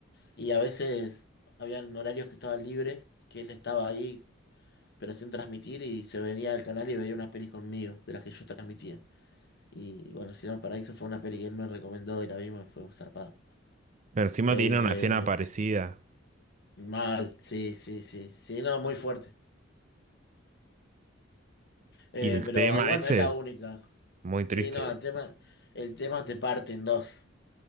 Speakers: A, on the left; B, on the right.
A: Y a veces habían horarios que estaban libres, que él estaba ahí, pero sin transmitir y se venía al canal y veía unas pelis conmigo, de las que yo transmitía. Y bueno, Cielo Paraíso fue una peli que él me recomendó y la vimos y fue zarpada.
B: Pero encima
A: Eh,
B: tiene una escena parecida.
A: mal, sí, sí, sí, sí, no, muy fuerte. Eh,
B: Y el
A: pero
B: tema
A: igual
B: ese,
A: no es la única.
B: muy
A: Sí,
B: triste.
A: no, el tema, el tema te parte en dos.